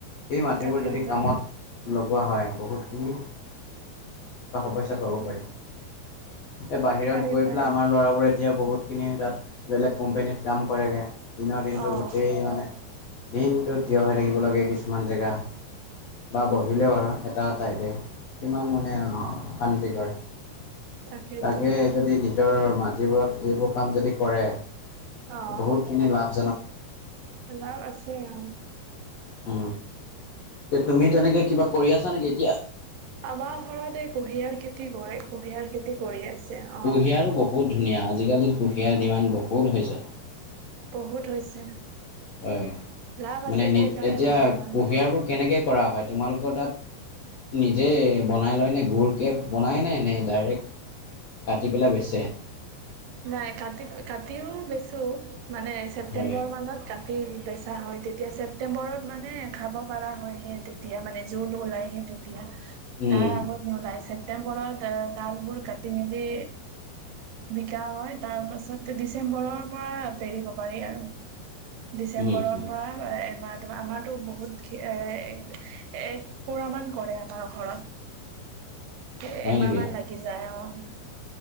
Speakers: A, on the left; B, on the right.
A: এই মাটিবোৰ
B: তাকেইতো
A: যদি কামত লগোৱা হয় বহুত টকা পইচা পাব পাৰি। এই বাহিৰত
B: পাৰি
A: গৈ
B: পাৰি
A: পেলাই আমাৰ ল'ৰাবোৰ এতিয়া বহুতখিনি তাত বেলেগ কোম্পনীত কাম কৰেগে? দিনৰ দিনটো
B: অ',
A: গোটেই মানে দিনটো থিয় হৈ থাকিব লাগে কিছুমান জেগা। বা বহিলেও আৰু এটা এ ঠাইতে কিমান মানে অশান্তি কৰে।
B: তাকেইতো
A: তাকে যদি নিজৰ মাটিবোৰত এইবোৰ কাম যদি কৰে।
B: অ',
A: বহুত খিনি লাভ
B: লাভ আছে অ
A: উ এ তুমি তেনেকে কিবা কৰি আছা নেকি এতিয়া
B: আমাৰ ঘৰত এই কুঁহিয়াৰ খেতি কৰে কুঁহিয়াৰ খেতি কৰি আছে অ
A: কুঁহিয়াৰো বহুত ধুনীয়া আজিকালিৰ কুঁহিয়াৰ ডিমাণ্ড বহুত হৈছে
B: বহুত হৈছে।
A: হয়
B: লাভ আছে
A: মানে
B: যে
A: নি
B: সেইকাৰণে
A: এতিয়া
B: কৰে মানুহে
A: কুহিয়াৰ বোৰ কেনেকে কৰা হয় তোমালোক তাত নিজে বনাই লয় নে গুৰকে বনাইনে নে ডাইৰেক্ট কাটি পেলাই বেচে।
B: নাই কাট কাটিও বেছো, মানে ছেপ্তেম্বৰ
A: হয়
B: মানত কাটি বেছ আ হয় তেতিয়া ছেপ্তেম্বৰত মানে খাব পৰা হয় হে তেতিয়া মানে জুন ওলাই হে তেতিয়া।
A: উম
B: তাৰ আগত নুলাইছে। তেওঁ ঘৰত দাগবোৰ কাটি মেলি তেওঁ হয় তাৰ পাছত ডিচেম্বৰৰ পৰা পাৰিব। পাৰি আৰু, ডিচেম্বৰৰ
A: উম উম
B: পৰা এমাহ। ম আমাৰতো বহুত এ এক পোৰা মান কৰে আমাৰ ঘৰত।
A: হয়
B: এমাহ
A: নেকি
B: মান লাগি যায় অঁ।